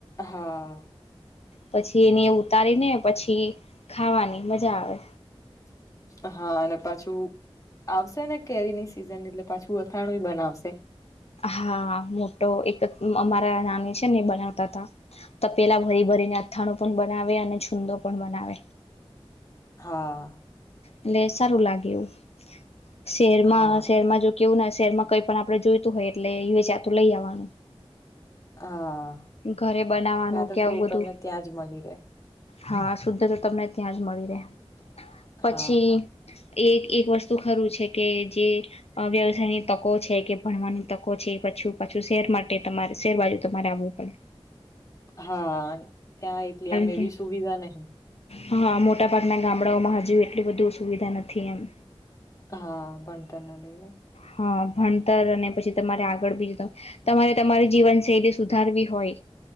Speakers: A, on the left; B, on the left.
A: હા.
B: પછી એની ઉતારીને પછી ખાવાની મજા આવે.
A: <inaudible> હા અને પાછું આવશે ને કેરી ની સિ સિઝન એટલે પાછું અથાણું એય બનાવશે.
B: હા મોટો એક ક અમારા નાની છે ને એ બનાવતા તા. તો પેલા ભરી ભરીને અથાણું પણ બનાવે અને છૂંદો પણ બનાવે.
A: હાઆ.
B: એટલે સારું લાગે એવું. શેરમાં
A: હા
B: શેરમાં જો કેવું નસ શહેરમાં કઈ પણ આપડે જોઈતું હોય એટલે યુએ જાતું લઈ આવવાનું.
A: હા.
B: ઘરે બનાવાનું
A: ત્યાં તો
B: કે
A: કેવું
B: આવું બધું
A: તમને ત્યાં જ મળી રહે
B: હા, શુદ્ધ જો તમને ત્યાં જ મળી રહે. પછી
A: હા
B: એક એક વસ્તુ ખરું છે કે જે અહ વ્યવસાયની તકો છે કે ભણવાની તકો છે પાછું પાછું શેર માટે તમારે શેર બાજુ તમારે આવું પડ
A: હા ત્યાં એટલી આમ
B: કે
A: એવી સુવિધા નહી.
B: હા, મોટા ભાગના ગામડાઓમાં હજુ એટલલી બધું સુવિધા નથી એમ.
A: હા, ભણતર ના લીલે
B: હા ભણતર અને પછી તમારે આગળ બી જતા તમારે તમારી જીવનશૈલી સુધારવી હોય